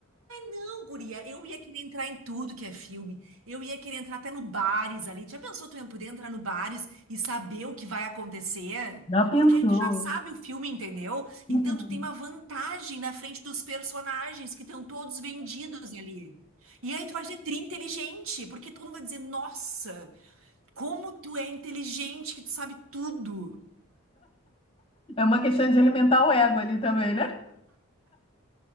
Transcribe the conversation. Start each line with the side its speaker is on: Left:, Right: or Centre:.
Right: Não, guria, eu ia querer entrar em tudo que é filme. Eu ia querer entrar até no bares ali. Já pensou tu ia poder entrar no bares e saber o que vai acontecer?
Left: Já pensou?
Right: Porque aí tu já sabe o filme, entendeu?
Left: Uhum.
Right: Então tu tem uma vantagem na frente dos personagens que estão todos vendidos ali. E aí tu vai ser tri inteligente, porque todo mundo vai dizer, nossa, como tu é inteligente, que tu sabe tudo.
Left: É uma questão de alimentar o ego ali também, né?